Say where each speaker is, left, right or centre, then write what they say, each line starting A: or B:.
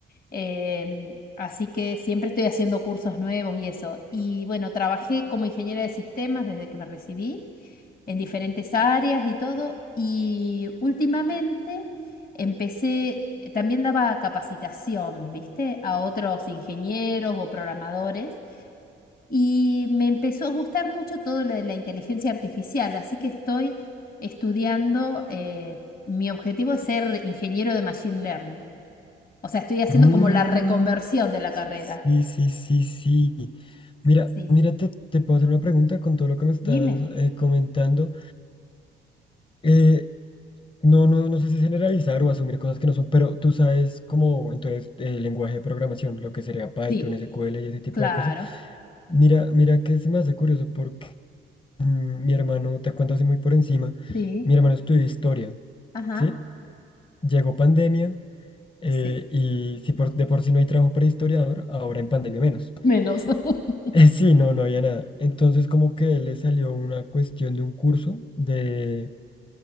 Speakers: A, on the left (about 45°); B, on the left (about 25°).
A: Em, así que siempre estoy haciendo cursos nuevos y eso. Y bueno, trabajé como ingeniera de sistemas desde que me recibí en diferentes áreas y todo. Y últimamente empecé, eh, también daba capacitación, ¿viste? A otros ingenieros o programadores. Y me empezó a gustar mucho todo lo de la inteligencia artificial. Así que estoy estudiando, eh, mi objetivo es ser ingeniero de Machine Learning. O sea, estoy haciendo
B: Mm,
A: como la reconversión de la carrera.
B: sí, sí, sí, sí. Mira,
A: Sí,
B: mira, te, te puedo hacer una pregunta con todo lo que me estás
A: dime.
B: eh, comentando. Eh, no, no, no sé si generalizar o asumir cosas que no son, pero tú sabes cómo, entonces, el lenguaje de programación, lo que sería Python,
A: Sí,
B: SQL y ese tipo
A: claro.
B: de cosas. Mira, mira que se me hace curioso Mm, Mi hermano, te cuento así muy por encima,
A: Sí,
B: mi hermano estudió historia,
A: ajá,
B: ¿sí? Llegó pandemia eh,
A: Sí.
B: y si por, de por sí no hay trabajo para historiador, ahora en pandemia menos. <laughs>
A: Menos. <laughs>
B: Eh, sí, no, no había nada. Entonces como que le salió una cuestión de un curso de,